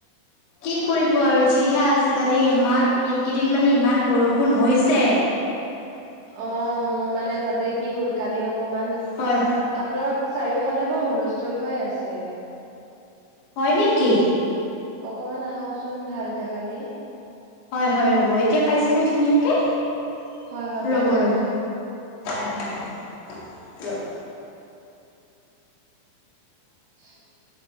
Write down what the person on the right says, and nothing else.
অ মোৰ মানে তাতে কি হ'ল কালি অকমান
আপোনাৰ চাৰিওফালে বৰ হুলস্থুল হৈ আছে।
অকমান আহকচোন ভাল জাগালে।
হয় হয়
পাইছো
এতিয়া।
<inaudible>